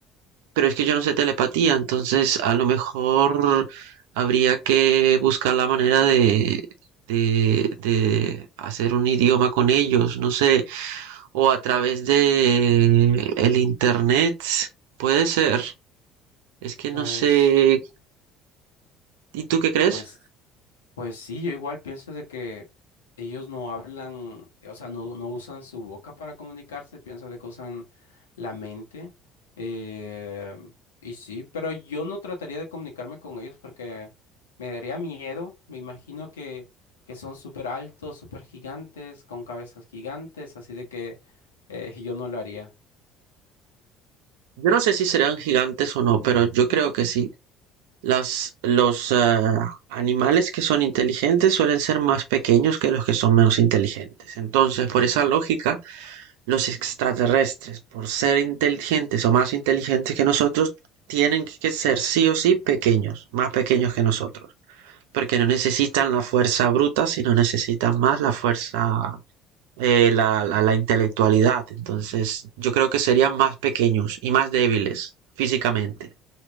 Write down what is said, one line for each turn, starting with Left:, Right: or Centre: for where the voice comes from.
Right: Pero es que yo no sé telepatía, entonces a lo mejor habría que buscar la manera de, de, de hacer un idioma con ellos, no sé, o a través de el internet, puede ser. Es que
Left: Pues,
Right: no sé. ¿Y tú qué crees?
Left: pues Pues sí, yo igual pienso de que ellos no hablan, eh, o sea, no, no usan su boca para comunicarse, pienso de que usan la mente. eh, y sí, pero yo no trataría de comunicarme con ellos porque me daría miedo. Me imagino que, que son súper altos, súper gigantes, con cabezas gigantes, así de que eh, yo no lo haría.
Right: Yo no sé si serán gigantes o no, pero yo creo que sí. Las, los eh, animales que son inteligentes suelen ser más pequeños que los que son menos inteligentes. Entonces, por esa lógica, los extraterrestres, por ser inteligentes o más inteligentes que nosotros, tienen que ser sí o sí pequeños, más pequeños que nosotros, porque no necesitan la fuerza bruta, sino necesitan más la fuerza, eh, la, la, la intelectualidad. Entonces, yo creo que serían más pequeños y más débiles físicamente,